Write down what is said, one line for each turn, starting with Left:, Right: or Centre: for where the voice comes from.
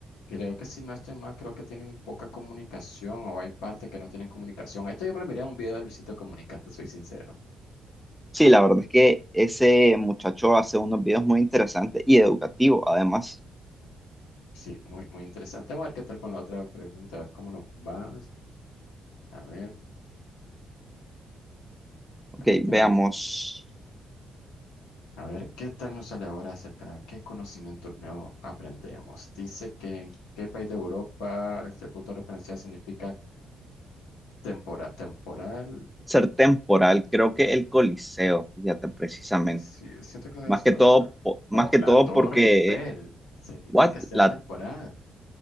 Left: Creo que si no estoy mal, creo que tienen poca comunicación o hay partes que no tienen comunicación. Esto yo me lo miré en un video de Luisito Comunica, te soy sincero.
Centre: Sí, la verdad es que ese muchacho hace unos videos muy interesantes y educativos además.
Left: Sí, muy, muy interesante. Vamos a ver qué tal con la otra pregunta, a ver cómo nos vas. A ver,
Centre: Ok,
Left: permíteme.
Centre: veamos.
Left: A ver, ¿qué tal nos sale ahora acerca de qué conocimiento nuevo aprendemos? Dice que en qué país de Europa este punto de referencia significa tempora- temporal,
Centre: Ser temporal, creo que el Coliseo, fíjate precisamente.
Left: Sí, siento que la
Centre: Más
Left: Torre
Centre: que todo,
Left: Eiffel.
Centre: po- más
Left: O
Centre: que
Left: la
Centre: todo
Left: Torre
Centre: porque...
Left: Eiffel significa
Centre: What?
Left: ser
Centre: La
Left: temporal.